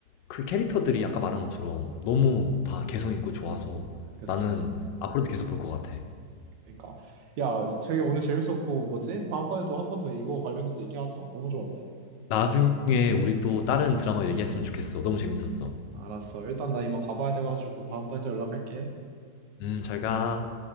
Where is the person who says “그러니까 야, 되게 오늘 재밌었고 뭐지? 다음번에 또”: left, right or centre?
Right